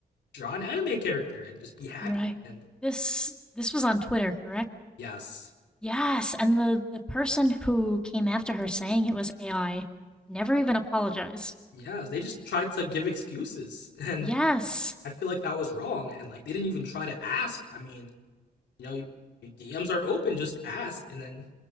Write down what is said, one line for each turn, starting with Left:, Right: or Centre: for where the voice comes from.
Left: draw an anime character and just be happy.
Centre: Right.
Left: And
Centre: This this was on Twitter, correct?
Left: yes,
Centre: Yes, and the the person who came after her saying it was AI never even apologized.
Left: Yeah, they just tried to give excuses, <laughs> and
Centre: Yes.
Left: I feel like that was wrong. And like they didn't even try to ask. I mean, you know, you, your DMs are open, just ask, and then